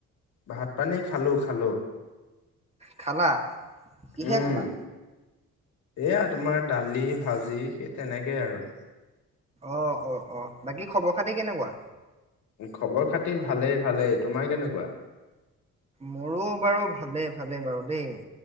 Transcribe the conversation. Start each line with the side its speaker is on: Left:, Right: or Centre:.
Left: ভাত, পানী খালো, খালো।
Right: খালা কিহে
Left: উম
Right: খালা?
Left: এয়া তোমাৰ দালি, ভাজি সেই তেনেকেই আৰু-
Right: অ', অ', অ', বাকী খবৰ খাতি কেনেকুৱা?
Left: খবৰ খাতি ভালেই, ভালেই তোমাৰ কেনেকুৱা?
Right: মোৰো বাৰু ভালে, ভালে বাৰু দেই।